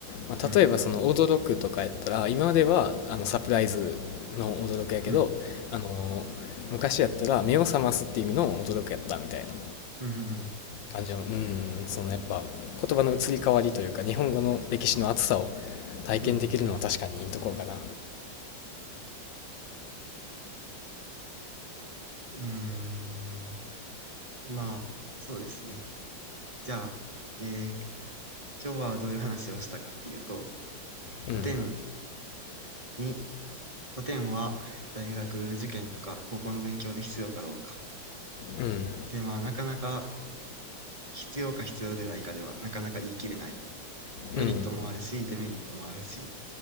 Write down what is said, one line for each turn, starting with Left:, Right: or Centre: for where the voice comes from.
Left: まあ、
Right: うん。
Left: 例えばその驚くとかやったら今まではあのサプライズの驚くやけどあのー昔やったら目を覚ますっていう意味の驚くやったみたいな
Right: うん。うんうん
Left: 感じのうんそのやっぱ言葉の移り変わりというか日本語の歴史の厚さを体験できるのは確かにいいところかな
Right: うん。うーん。まあ、そうですね。じゃあ、えー今日はどういう話をしたかっていうと、
Left: うん
Right: 古典に古典は大学受験とか高校の勉強で必要かどうか。
Left: うん
Right: で、まあ、なかなか必要か必要でないかでは、なかなか言い切れない。メリットもあるし、
Left: うん
Right: デメリットもあるし、